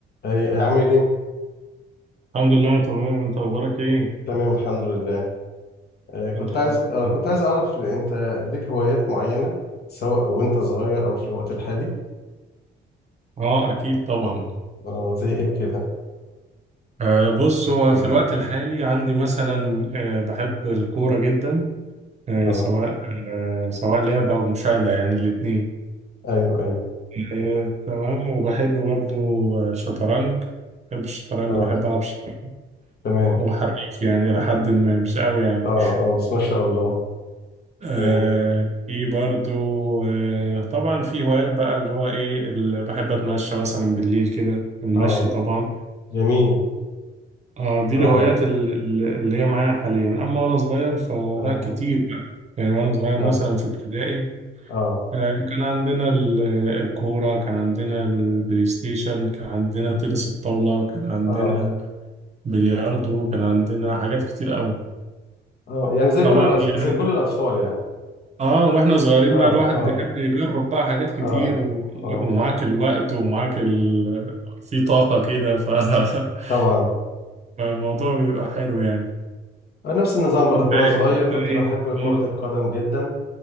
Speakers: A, on the left; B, on the right.
A: إيه، عامل ايه؟
B: الحمد لله تمام انت اخبارك ايه
A: تمام الحمد لله إيه، كنت
B: الحمد
A: عايز آه،
B: لله
A: كنت عايز اعرف انت ليك هوايات معينة سواء وانت صغير او في الوقت الحالي
B: اه اكيد طبعا
A: <clears throat> اه زي ايه كده؟
B: آه بص هو
A: <clears throat>
B: في الوقت الحالي عندي مثلا آه بحب الكوره جدا آه
A: اه
B: سواء آه سواء لعبه او مشاهده يعني الاثنين
A: ايوه ايوه
B: آه تمام وبحب برضو آه، شطرنج بحب الشطرنج
A: اه
B: وبحب العب شطرنج
A: تمام
B: وحريف يعني لحد ما مش قوي يعني
A: اه اه بس ما شاء الله
B: آه
A: ايوه
B: في برضو آه طبعا في هوايات بقى اللي هو ايه اللي بحب اتمشى مثلا بالليل كده المشي
A: اه
B: طبعا
A: جميل
B: اه دي
A: اه
B: الهوايات ال- ال- اللي هي معايا حاليا اما وانا صغير فلا
A: اه
B: كتير بقى يعني وانا صغير
A: اه
B: مثلا في ابتدائي
A: اه
B: آه، كان عندنا ال- الكورة كان عندنا البلاي ستيشن كان عندنا تنس الطاولة كان عندنا
A: اه
B: بلياردو كان عندنا حاجات كتير قوي
A: اه يعني زي
B: طبعا
A: كل الأطف...
B: يعني
A: زي كل الاطفال يعني
B: اه واحنا صغيرين
A: اه
B: بقى الواحد
A: اه
B: بيحب يجرب بقى حاجات كتير
A: اه
B: و...
A: اه
B: ومعاك الوقت ومعاك ال... في طاقة كده ف... <laughs>
A: طبعا
B: فالموضوع بيبقى حلو يعني
A: نفس النظام برضك
B: انت
A: وانا صغير
B: إيه، انت
A: كنت بحب كرة
B: ايه
A: القدم جدا